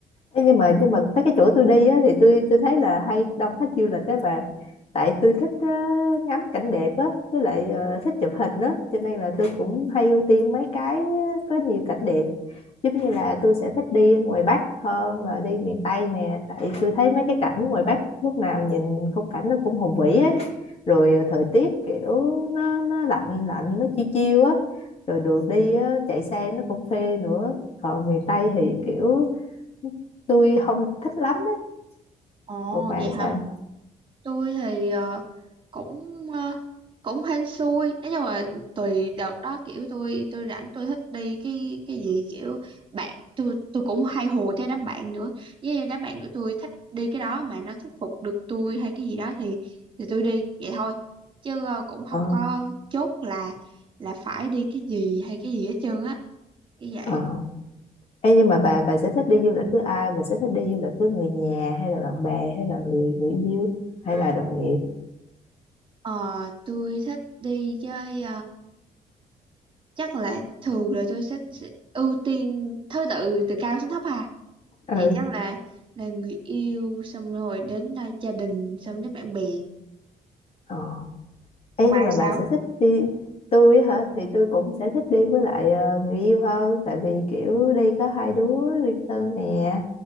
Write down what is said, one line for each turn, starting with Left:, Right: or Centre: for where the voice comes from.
Left: Ê, nhưng mà nhưng mà mấy cái chỗ tôi đi á, thì tôi tôi thấy là hay đông khách du lịch đó bà tại tôi thích ờ, ngắm cảnh đẹp á với lại ờ, thích chụp hình á cho nên là tôi cũng hay ưu tiên mấy cái có nhiều cảnh đẹp giống như là tôi sẽ thích đi ngoài Bắc hơn là đi miền Tây nè tại tôi thấy mấy cái cảnh ngoài Bắc lúc nào nhìn khung cảnh nó cũng hùng vĩ ấy rồi ờ, thời tiết kiểu nó nó lạnh lạnh nó chiêu chiêu á rồi đường đi á, chạy xe nó cũng phê nữa còn miền Tây thì kiểu tôi không thích lắm ấy
Right: Ồ,
Left: còn bà
Right: vậy hả?
Left: sao
Right: tôi thì ờ, cũng ờ, cũng hên xui nói chung là tùy đợt đó kiểu tôi tôi rảnh tôi thích đi cái cái gì kiểu bạn tôi tôi cũng hay hùa theo đám bạn nữa với đám bạn của tôi thích đi cái đó mà nó thuyết phục được tôi hay cái gì đó thì thì tôi đi vậy thôi chứ ờ, cũng không
Left: ờ
Right: có chốt là là phải đi cái gì hay cái gì hết trơn á cái vậy
Left: ờ Ê, nhưng mà bà bà sẽ thích đi du lịch với ai bà sẽ thích đi du lịch với người nhà hay là bạn bè hay là người người yêu hay là đồng nghiệp
Right: Ờ, tôi thích đi chơi chắc là thường là tôi sẽ, sẽ ưu tiên thứ tự từ cao xuống thấp hà
Left: ừ
Right: thì chắc là là người yêu xong rồi đến à, gia đình xong đến bạn bè
Left: ờ Ê,
Right: còn bà
Left: nhưng mà
Right: thì sao
Left: bà sẽ thích đi tôi á hả thì tôi cũng sẽ thích đi với lại ờ, người yêu hơn tại vì kiểu đi có hai đứa riêng tư nè